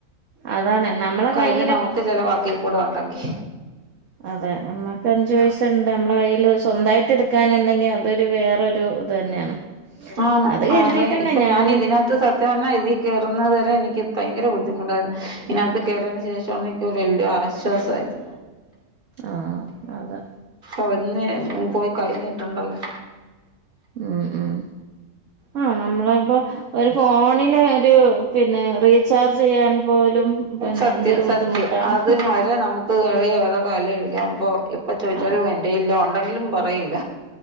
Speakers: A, on the right; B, on the right.
A: അതാണ് നമ്മള കയ്
B: <unintelligible> നമുക്ക് ചെലവാക്കിക്കൂടെ ഒണ്ടെങ്കി
A: അതെ നമ്മക്ക് അഞ്ചു പൈസ ഇണ്ട് അമ്മളെ കയ്യില് സ്വന്തായിട്ട് എടുക്കാനുണ്ടെങ്കി അ അതൊരു വേറൊരു ഇത് തന്നെയാണ്
B: ആന്ന്
A: അത് കരുതിട്ടന്നെ
B: ആർടേം ഇപ്പൊ
A: ഞാനും
B: ഞാന് ഇതിനാത്ത് സ <unintelligible> ഇതീ കേറുന്നത് വരെ എനിക്ക് ഭയങ്കര ബുദ്ധിമുട്ടായിരുന്നു ഇതിനാത്ത് കയറിയതിന് ശേഷ് <unintelligible> എനിക്കൊരു <unintelligible> ആശ്വാസായത്
A: ആഹ് അതാ
B: ഓഹ് ഇന്ന് പോയി കയിഞ്ഞീട്ടുണ്ടല്ലോ
A: ഉം ഉം ആഹ് നമ്മളെ ഇപ്പൊ ഒരു ഫോണില് ഒരു പിന്നെ റീചാർജ് ചെയ്യാൻ പോലും പിന്നെ
B: സത്യം
A: എന്തൊരു ബുദ്ധിമുട്ടാണ്
B: സത്യം അതിന് വരെ നമുക്ക് അവരെ അവര്ടെ കാല് <unintelligible> അപ്പോ എപ്പോ ചോദിച്ചാലും
A: ആഹ്
B: എൻ <unintelligible> ഇല്ല ഒണ്ടെങ്കിലും പറയില്ല